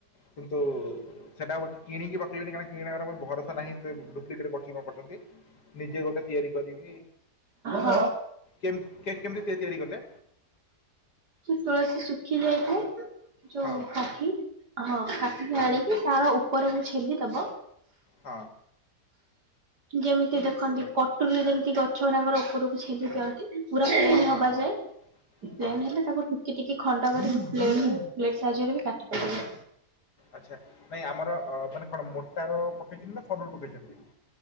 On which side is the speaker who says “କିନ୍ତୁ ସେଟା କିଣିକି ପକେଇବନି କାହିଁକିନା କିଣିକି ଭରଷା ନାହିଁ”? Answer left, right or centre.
Left